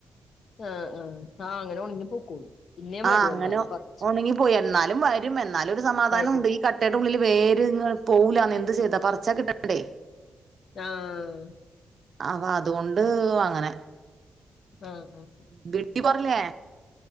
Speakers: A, on the left; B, on the right.
A: ആഹ് ആഹ്. ആഹ് അങ്ങനെ ഒണങ്ങി പൊക്കോളും. പിന്നേം
B: ആഹ്
A: വരും
B: അങ്ങനെ
A: എന്നാലും പറിച്ച്
B: ഒണങ്ങി പോയി എന്നാ ലും വരും. എന്നാലും ഒരു സമാധാന
A: വരും
B: ഉണ്ട്. ഈ കട്ടേടെ ഉള്ളില് വേര് ങ്ങ് പോകുല്ലാന്നെ. എന്ത് ചെയ്താ പറിച്ചാ കിട്ടണ്ടേ.
A: ആഹ്
B: അവ അതുകൊണ്ട് അങ്ങനെ.
A: ആഹ് ആഹ്
B: വീട്ടി പോകാറില്ലേ?